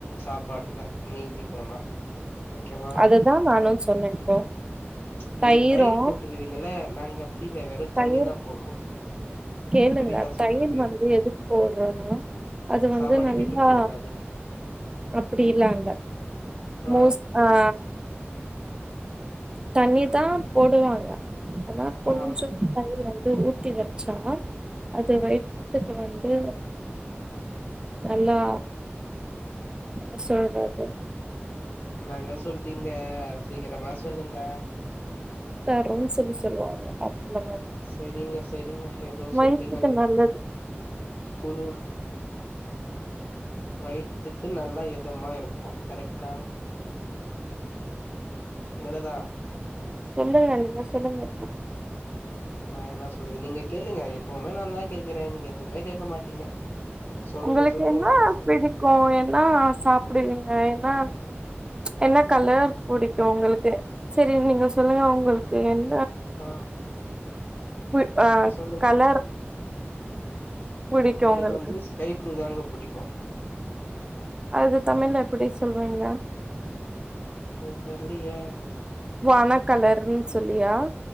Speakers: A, on the left; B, on the right.
A: சாப்பாடுல மீந்தி போனா ஓகேவா
B: அதுதா நானு
A: அது
B: சொன்னே இப்போ
A: நீங்க
B: தயிரு
A: தயிர் போட்டுருவீங்கள நாங்க கீழ வெறு
B: தயிர்
A: தண்ணி தா போடுவோ
B: கேளுங்க
A: புரியுதா
B: தயிர்
A: சொல்றது
B: வந்து எதுக்கு போடுறோனா அது வந்து
A: சாப்பாடு
B: நல்லா
A: கெட்டு போ கூடாதுன்னு
B: அப்டி இல்ல அங்க
A: ஆ
B: மோஸ் ஆ தண்ணீர் தா போடுவாங்க ஆனா கொஞ்சம்
A: ஆ
B: தயிர் வந்து ஊத்தி வச்சா அது வயித்துக்கு வந்து நல்லா என்ன சொல்றது
A: என்னாங்க சொல்ட்டீங்க சீக்கிரமா சொல்லுங்க
B: தரும்சுன்னு சொல்லுவாங்க அந்த மாரி
A: செரிங்க சேரிங்க ஏதோ
B: வயித்துக்கு
A: சொல்றீங்க நீங்க
B: நல்லது
A: குளூர் வயித்துக்கு நல்லா எதமா இருக்கு கரெக்டா உங்களதா
B: சொல்லுங்க நீங்க சொல்லுங்க இப்ப
A: நா என்ன சொல்லறது நீங்க கேளுங்க எப்பவுமே நா தா கேக்குறே நீங்க எதுவுமே கேட்க மாட்டீங்க சொல்லுங்க
B: உங்களுக்கு
A: சொல்லுங்க
B: என்னா
A: மட்டுந்தா சொல்றீங்க
B: பிடிக்கு என்னா சாப்டுவீங்க என்னா என்ன கலர் புடிக்கு ஒங்களுக்கு சரி நீங்க சொல்லுங்க ஒங்களுக்கு என்
A: ஆ
B: பு அ
A: சொல்லுங்க
B: கலர் புடிக்கு
A: எனக்கு
B: உங்களுக்கு
A: வந்து ஸ்கை ப்ளூ தாங்க புடிக்கு
B: அது தமிழ்ல எப்டி சொல்வீங்க
A: அது தெர்லயே
B: வானக்கலர்ன்னு சொல்லியா